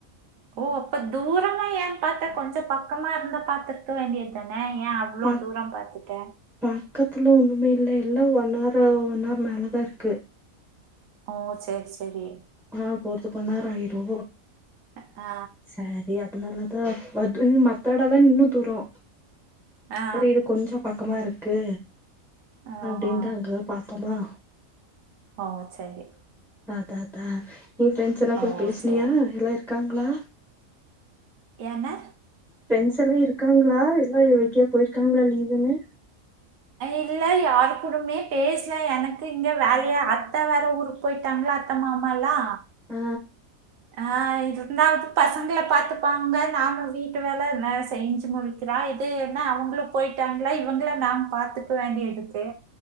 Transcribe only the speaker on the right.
ஓ அப்ப தூரமா ஏ பாத்த கொஞ்சோ பக்கமா இருந்தா பாத்துருக்க வேண்டிய தான ஏ அ அவ்ளோ
தூர பாத்துட்ட
ஓ சேரி சேரி
ஆ
ஆ
ஓஹோ
ஓ சரி
ஓ
சரி
என்ன
இல்ல யாரு கூடமே பேசல எனக்கு இங்க வேலயா அத்த வேற ஊருக் போயிட்டாங்ளா அத்த மாமாலா
ஆ இருந்தாவது பசங்கள பாத்துப்பாங்க நாம வீட்டு வேல எல்லா செஞ்சு முடிக்கிறா அது என்னா அவங்களு போயிட்டாங்களா இவங்கள நா பாத்துக்க வேண்டியருக்கு